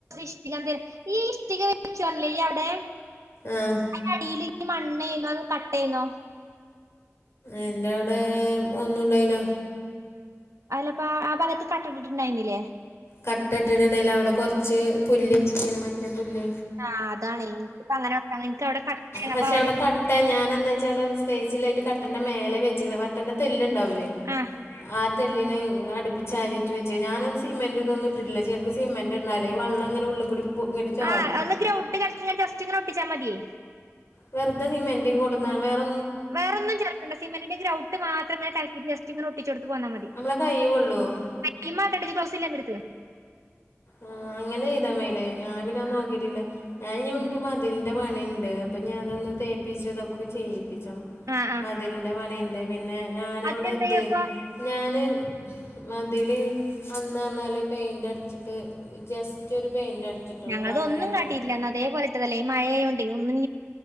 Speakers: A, on the right; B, on the left.
A: ഇഷ്ടിക എ ത ഈ ഇഷ്ടിക വെച്ചുണല്ലേ അവിടെ
B: ആഹ
A: അതിന്റെ അടിയിൽ ഈ മണ്ണയന്നോ അ കട്ടയന്നോ
B: എന്റെ അവിടെ ഒന്നും ഇണ്ടായില്ല
A: അലപ്പ ആ ഭഗത്ത് കട്ടട്ടിട്ടുണ്ടായിരുന്നിലെ
B: കട്ട ഇട്ടിടണെൽ അവിടെ കൊറച്ച് പുല്ല്ച്ചക്കന് മറ്റേ പുല്ല്
A: ആഹ് അതാണ് എനിക്കിപ്പ അങ്ങനെ വെക്കണം എനിക്ക് അവിടെ കട്ടയാണ്
B: പക്ഷെ
A: അപ്പൊ
B: അവിടെ കട്ട ഞാൻ എന്താച്ച അവിടെ സ്പേസിലായിട്ട് കട്ട പ മേലെ വെച്ച പറ്റന്റെ തെല്ണ്ടാവൂലേ
A: ആഹ്
B: തെല്ലിനെ അടുപ്പിച്ചച്ച് അരിട്ട വെച്ച ഞാനും സമന്റ് ന്നിട്ടില്ല ചേർക്ക് സിമെന്റ് ഇടാലെ വെള്ളംങ്ങനെ ഉള്ള കൂടി പോ- ഇങ്ങോട്ട് ചാടും
A: ആഹ് അന്ന് ഗ്രൗട്ട് കള ജസ്റ്റ് ഇങ്ങനെ ഒട്ടിച്ചാ മതിയേ
B: വെറുത സമെന്റി കൂടുന്ന വേറൊ
A: വേറൊന്നും ചേർക്കണ്ട സിമന്റിന്റെ ഗ്രൗട്ട് മാത്രങ്ങനെ കലക്കി ജസ്റ്റ് ഇങ്ങനെ ഒട്ടി ച്ച്ടുത്ത് പോന്നാ മതി
B: നമ്മളെ കൈ കൊള്ളുമോ
A: കൈമാക്കണ്ട ക്ലോസ് ഇല്ലെ ആന്റടുത്തു
B: ആഹ അങ്ങനെ ചെയ്താ മേലേ ഞാൻ പിന്നെന്നന്ന് നോക്കിട്ടില്ല ഞാക്ക് മതിലിന്റെ പണയുണ്ട് അപ്പൊ ഞാൻ പിച്ചോതക്ക ചെയ്യും
A: ആഹ് ആഹ്
B: മതിലിന്റെ പണിയുണ്ട് പിന്നെ ഞൻവിടെ
A: അതിനെന്തായി
B: ഇത്
A: അപ്പൊ
B: ഞാന് മതില് അന്ന് പറഞ്ഞാല് പെയിന്റ് അടിച്ചിട്ട് ജസ്റ്റ് ഒരു പെയിന്റ് അടിച്ചിട്ടുള്ളൂ
A: ഞങ്ങളത
B: വെള്ളം
A: ഒന്നും
B: കലക്കി
A: കാട്ടിട്ടില്ല അതേപലത്തതല്ലേ ഈ മഴയൊണ്ട് ഒന്നും